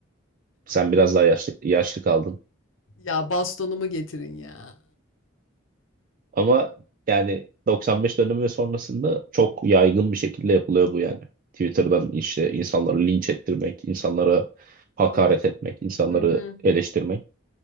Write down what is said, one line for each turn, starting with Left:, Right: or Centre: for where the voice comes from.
Right: Sen biraz daha yaşlı, yaşlı kaldın.
Left: Ya bastonumu getirin ya.
Right: Ama yani 95 dönemi ve sonrasında çok yaygın bir şekilde yapılıyor bu yani. Twitter'dan işte insanları linç ettirmek, insanlara hakaret
Left: Evet.
Right: etmek, insanları
Left: Hı hı.
Right: eleştirmek.